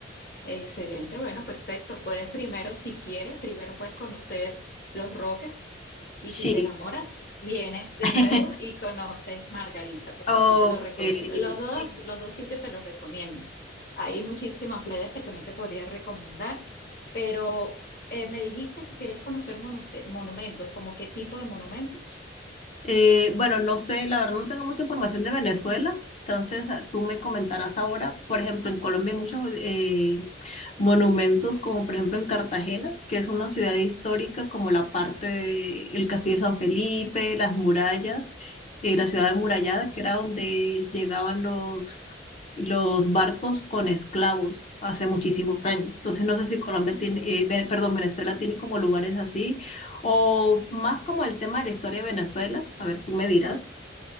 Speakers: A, on the left; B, on the left.
A: Excelente, bueno, perfecto. Puedes primero, si quieres, primero puedes conocer Los Roques y
B: Sí,
A: si te enamoras, vienes de
B: <laughs>
A: nuevo y conoces Margarita, porque
B: ok,
A: sí te lo recomiendo. Los dos,
B: sí,
A: los dos sitios te los recomiendo. Hay muchísimas playas que también te podría recomendar, pero eh, me dijiste que querías conocer monute- monumentos, ¿como qué tipo de monumentos?
B: Eh, bueno, no sé, la verdad no tengo mucha información de Venezuela, entonces ah, tú me comentarás ahora. Por ejemplo, en Colombia hay muchos eh, monumentos, como por ejemplo en Cartagena, que es una ciudad histórica, como la parte del Castillo de San Felipe, las murallas, eh, la ciudad amurallada, que era donde llegaban los, los barcos con esclavos hace muchísimos años. Entonces no sé si Colombia
A: Ok.
B: tiene, eh, Ve- perdón, Venezuela tiene como lugares así o más como el tema de la historia de Venezuela. A ver, tú me dirás.